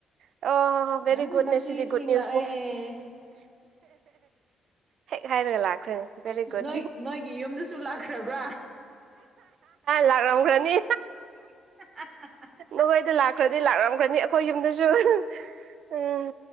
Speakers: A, on the right; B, on the right.
A: ꯑꯣ ꯕꯦꯔꯤ
B: ꯉꯔꯥꯡ
A: ꯒꯨꯠꯅꯦ
B: ꯉꯁꯤ
A: ꯁꯤꯗꯤ
B: ꯏꯁꯤꯡ
A: ꯒꯨꯠ ꯅ꯭ꯌꯨꯁꯅꯤ
B: ꯂꯥꯛꯑꯦ
A: ꯍꯦꯛ ꯍꯥꯏꯔꯒ ꯂꯥꯛꯈ꯭ꯔꯦ ꯚꯦꯔꯤ ꯒꯨꯠ
B: ꯅꯣꯏ ꯅꯣꯏꯒꯤ ꯌꯨꯝꯗꯨꯁꯨ ꯂꯥꯛꯈ꯭ꯔꯕ꯭ꯔꯥ
A: ꯂꯥꯛꯂꯝꯈ꯭ꯔꯅꯤ
B: <unintelligible>
A: ꯅꯈꯣꯏꯗ ꯂꯥꯛꯈ꯭ꯔꯗꯤ ꯂꯥꯛꯂꯝꯈ꯭ꯔꯅꯤ ꯑꯩꯈꯣꯏ ꯌꯨꯝꯗꯁꯨ ꯎꯝ